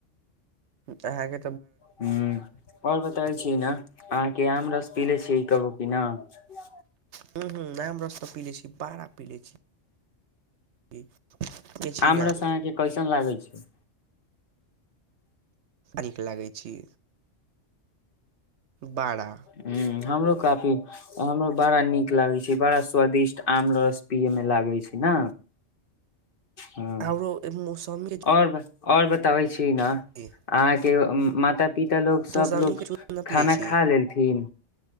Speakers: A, on the right (about 70°); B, on the left (about 50°).
A: अहके
B: ह आओर बतै छी ने अहाँके आम रस पी ले छी कहू की न। ह
A: ह ह नाम रस तऽ पीले छी बारा पीले छी पियै छी
B: आम
A: ने
B: रस अहाँके कैसन लागै छै
A: नीक लागै छी। बारा।
B: ह हमरो काफी हमरो बड़ा निक लागे छै। बड़ा स्वादिष्ट आम रस। पियए मे लागै छै ने। ह
A: आरो मौसमी के
B: आओर आओर बताबै छी ना आ
A: जूस,
B: के माता पीित लोग सब
A: मौसमी
B: लोग
A: के जूस न पियै
B: खाना
A: छी
B: खा लेलथि।